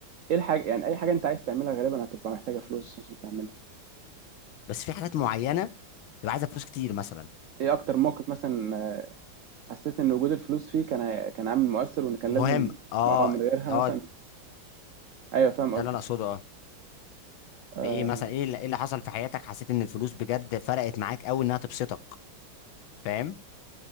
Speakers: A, on the right (about 85°); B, on the left (about 80°).
A: ايه الحاجة يعني اي حاجة انت عايز تعملها غالبا هتبقى محتاجة فلوس عشان تعملها
B: بس في حاجات معينه تبقى عايزه فلوس كتير مثلا
A: ايه اكتر موقف مثلا حسيت ان وجود الفلوس فيه كان هي- كان عامل مؤثر وان كان
B: مهم
A: لازم
B: اه
A: اه من غيرها مثلا
B: اه
A: ايوه فاهم
B: ده
A: قصدك
B: اللي انا اقصده اه
A: آه
B: في ايه مثلا ايه اللي, إيه اللي حصل في حياتك حسيت ان الفلوس بجد فرقت معاك قوي انها تبسطك فاهم